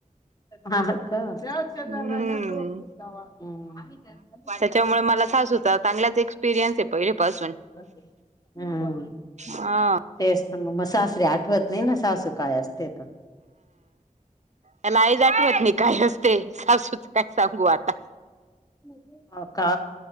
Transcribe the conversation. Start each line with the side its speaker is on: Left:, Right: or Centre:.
Left: हां का?
Right: हम्म
Left: <unintelligible> हम्म.
Right: त्याच्यामुळे मला सासुचा चांगलाचं एक्सपिरियन्स आहे पहिलेपासून.
Left: हम्म
Right: हा
Left: तेच. मग मग सासरीे आठवत नाही ना सासू काय असते तर?
Right: मला आईचं आठवत नाही काय असते, सासूच काय सांगू आता?
Left: हो का,